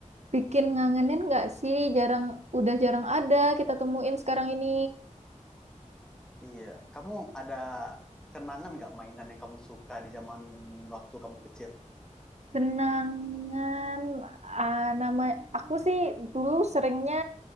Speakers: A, on the right; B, in the centre.
A: bikin ngangenin nggak sih? Jarang udah jarang ada kita temuin sekarang ini.
B: Iya, kamu ada kenangan nggak mainan yang kamu suka di zaman waktu kamu kecil?
A: Kenangan ah, nama aku sih dulu seringnya